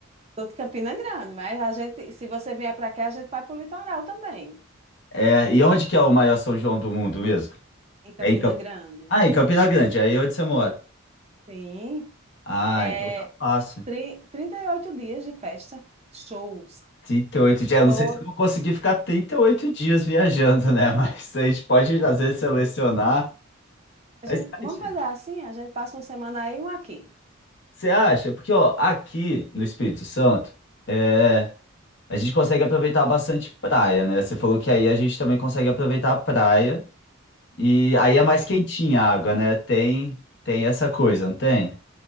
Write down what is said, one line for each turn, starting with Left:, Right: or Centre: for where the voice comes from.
Right: Tô de Campina Grande, mas a gente, se você vier para cá, a gente vai pro litoral também,
Left: É, e onde que é o maior São João do mundo mesmo?
Right: em Campina
Left: É em Camp...
Right: Grande.
Left: Ah, em Campina Grande, aí é onde você mora.
Right: Sim,
Left: Ah,
Right: é
Left: então tá fácil.
Right: tri- 38 dias de festa, shows.
Left: trinta e oito dias. Eu
Right: Todo.
Left: não sei se eu vou conseguir ficar 38 dias viajando, né? <laughs> Mas a gente pode, às vezes, selecionar.
Right: A
Left: Mas
Right: gente,
Left: você
Right: vamos fazer
Left: acha?
Right: assim? A gente passa uma semana aí e uma aqui.
Left: Você acha? Porque, ó, aqui no Espírito Santo, é, a gente consegue aproveitar bastante praia, né? Você falou que aí a gente também consegue aproveitar a praia. E aí é mais quentinha a água, né? Tem, tem essa coisa, não tem?